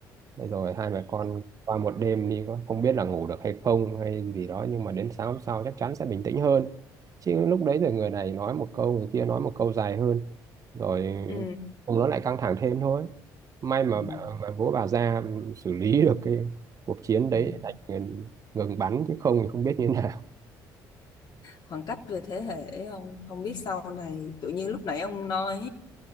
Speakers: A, on the right; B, on the left.
A: Thế rồi hai mẹ con qua một đêm đi có không biết là ngủ được hay không hay gì đó nhưng mà đến sáng hôm sau chắc chắn sẽ bình tĩnh hơn chứ lúc đấy rồi người này nói một câu người kia nói một câu dài hơn rồi
B: Ừ.
A: cùng nó lại căng thẳng thêm thôi may mà,
B: Ừ.
A: bà, mà bố bà ra xử lý <laughs> được cái cuộc chiến đấy
B: Ừ.
A: lại ngừng, ngừng bắn chứ không thì không biết như <laughs> thế nào
B: khoảng cách về thế hệ không không biết sau này tự nhiên lúc nãy ông nói